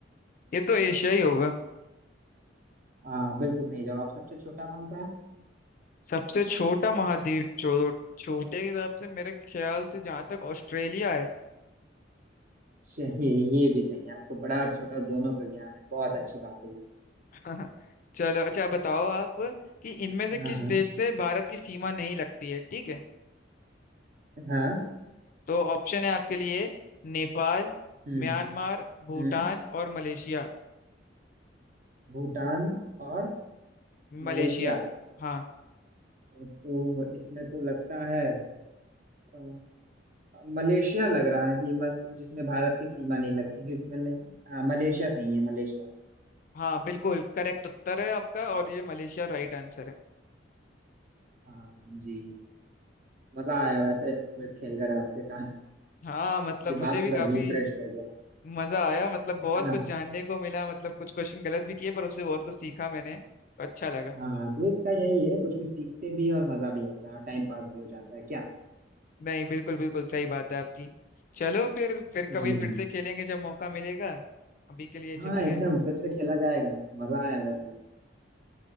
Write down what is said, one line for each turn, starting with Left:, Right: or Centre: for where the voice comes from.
Left: ये तो एशिया ही होगा
Right: हाँ बिल्कुल सही जवाब सबसे छोटा कौन सा है
Left: सबसे छोटा महाद्वीप छो, छोटे के हिसाब से मेरे ख्याल से जहां तक ऑस्ट्रेलिया है
Right: श- ये ये भी सही है आपको बड़ा और छोटा दोनों का ज्ञान है बहुत अच्छी बात है ये
Left: हाँ हाँ चलो अच्छा बताओ आप कि इनमें से किस
Right: हाँ हाँ
Left: देश से भारत की सीमा नहीं लगती है ठीक है
Right: हाँ
Left: तो ऑप्शन है आपके लिए नेपाल
Right: हम्म
Left: म्यांमार भूटान
Right: हम्म
Left: और मलेशिया
Right: भूटान और मलेशिया
Left: मलेशिया हाँ
Right: तो इसमें तो लगता है अ, मलेशिया लग रहा है कि मस, जिसमें भारत की सीमा नहीं लगती क्योंकि मैंने हाँ मलेशिया सही है मलेशिया
Left: हाँ बिल्कुल करेक्ट उत्तर है आपका और ये मलेशिया राइट आंसर है
Right: हाँ जी मजा आया वैसे क्विज खेल कर आपके साथ
Left: हाँ मतलब
Right: दिमाग
Left: मुझे भी
Right: पूरा
Left: काफी
Right: रिफ्रेश हो गया
Left: मजा आया मतलब बहुत
Right: है ना
Left: कुछ जानने को मिला मतलब कुछ क्वेश्चन गलत भी किए पर उससे बहुत कुछ सीखा मैंने तो अच्छा लगा
Right: हाँ क्विज का यही है कुछ कुछ सीखते भी हैं और मजा भी आता है और टाइम पास भी हो जाता है क्या
Left: नहीं बिल्कुल बिल्कुल सही बात है आपकी चलो फिर फिर कभी
Right: जी
Left: फिर से खेलेंगे जब मौका मिलेगा अभी के लिए चलते
Right: हाँ एकदम
Left: हैं
Right: फिर से खेला जाएगा मजा आया वैसे भी